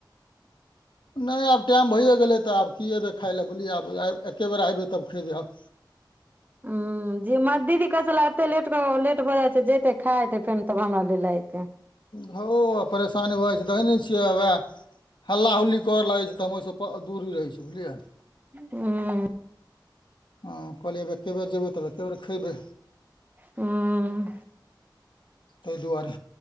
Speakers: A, on the left; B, on the right.
A: नहि आब टाइम भइए गेलै, त आब की अबै खाय लए बुझलियै आब एके बेर अइबै तब खयबै आब।
B: हुँ जे मा दीदी कहै छलै, एते लेट कऽ लेट भऽ जाइ छै, ज इते खा एतै फेन तब हमरा लै लऽ एतै।
A: धौं परेशानी भ जाइ छै देखै नहि छियै हउवैं। हल्ला हुल्ली करऽ लागै छै तऽ हम ओहिसँ दूरी रहै छी बुझलियै।
B: हूं
A: हँ कहलियै अब एके बेर जेबै तब एके बेर खइबै।
B: हूं
A: तहि दुआरे,